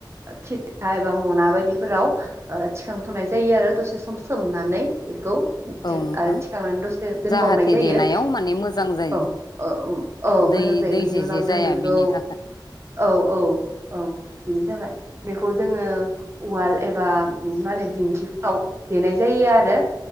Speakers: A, on the right; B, on the left.
A: खिथिखा एबा मना बायदिफोराव ओ थिखांथ'नाय जायो आरो दसे सम सोमनानै बेखौ
B: औ नोंथां
A: आरो थिखांनानै दसे दोनबावनाय
B: जाहाथे
A: जायो
B: देनायाव माने मोजां जायो
A: औ औ
B: दै
A: मो जां जायो
B: दै
A: बेनि
B: जे
A: उनाव
B: जे जाया
A: जों बेखौ
B: बिनि थाखाय
A: औ औ औ बेनि थाखाय खौ जोङो उवाल एबा मा होनो दिंखिफ्राव देनाय जायो आरो